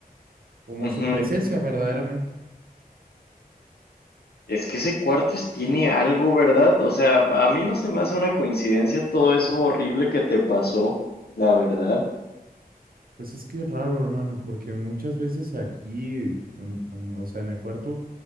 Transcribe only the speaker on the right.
como
su presencia verdaderamente.
Pues es que es raro, hermano, porque muchas veces aquí, en- en- o sea, en el cuarto,